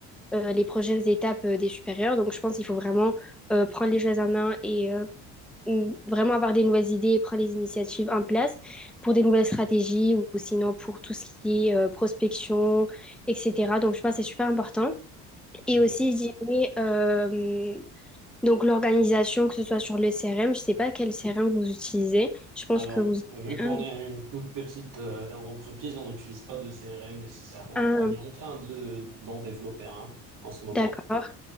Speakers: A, in the centre; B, on the right.
A: euh, les prochaines étapes euh, des supérieurs. Donc je pense qu'il faut vraiment euh, prendre les choses en main et euh, mm, vraiment avoir des nouvelles idées et prendre les initiatives en place pour des nouvelles stratégies ou sinon pour tout ce qui est euh, prospection, etc. Donc, je pense que c'est super important. Et
B: Ok.
A: aussi, je dirais, euh, donc l'organisation, que ce soit sur le CRM, je sais pas quel CRM vous utilisez. Je pense
B: Alors,
A: que vous utilisez
B: vu qu'on
A: un.
B: est une toute petite euh, entreprise, on n'utilise pas de CRM nécessairement.
A: un-
B: On est en train de, d'en développer un en ce moment.
A: d'accord.